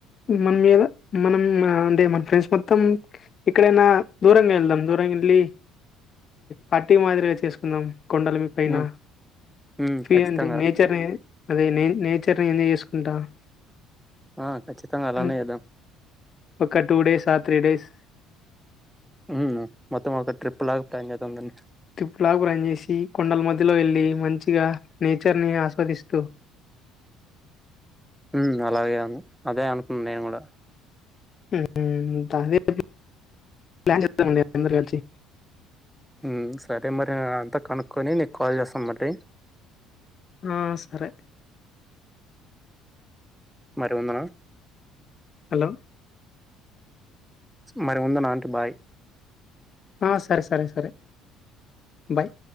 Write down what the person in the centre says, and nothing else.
మ్మ్ మ్మ్
ఖచ్చితంగా
ఆ ఖచ్చితంగా అలానే
చేద్దాం
అవునా మొత్తం ఒక ట్రిప్పులాగా ప్లాన్ చేద్దాం రండి
ఉం అలాగే అను అదే అనుకున్నా నేను కూడా
ఉం సరే మరి అంతా కనుక్కొని నీకు కాల్ చేస్తా మరి
మరి ఉండనా
మరి ఉందనాంటి బాయ్